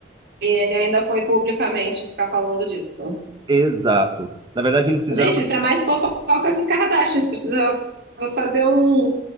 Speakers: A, on the right; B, on the right.
A: ele ainda foi publicamente ficar falando disso.
B: Exato. Na verdade, eles fizeram
A: Gente,
B: uma
A: isso é mais fofoca que Kardashian. Você precisa fazer um,